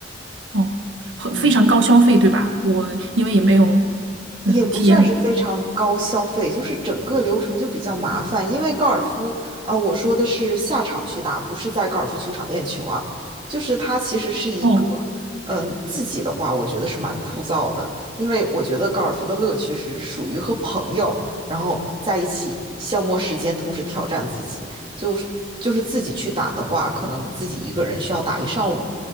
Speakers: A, on the right (about 85°); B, on the right (about 30°).
A: 哦，很非常高消费，
B: 嗯。
A: 对吧？我因为也没有嗯体验过。
B: 也不算是非常高消费，就是整个流程就比较麻烦。因为高尔夫啊、我说的是下场去打，不是在高尔夫球场练球啊。就是它其实是一个，
A: 哦，
B: 嗯，自己的话，我觉得是蛮枯燥的，因为我觉得高尔夫的乐趣是属于和朋友，然后在一起消磨时间，同时挑战自己。就是就是自己去打的话，可能自己一个人需要打一上午，